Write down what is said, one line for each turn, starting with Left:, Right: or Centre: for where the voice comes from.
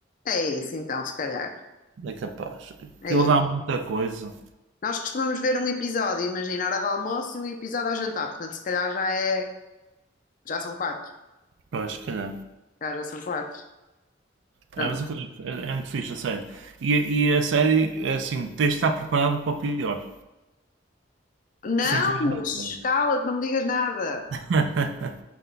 Left: É isso então, se calhar.
Right: É capaz.
Left: É
Right: Aquilo
Left: isso.
Right: dá muita coisa.
Left: Nós costumamos ver um episódio, imagina, hora do almoço e um episódio ao jantar, portanto, se calhar já é. Já são quatro. Se
Right: Pois, se calhar.
Left: calhar já são quatro. Pronto.
Right: É, mas aquilo é, é é muito fixe, a série. E, e a série, é assim, tens de estar preparado para o pior.
Left: Não,
Right: Sem querer dar spoilers.
Left: cala-te, não me digas nada.
Right: <laughs>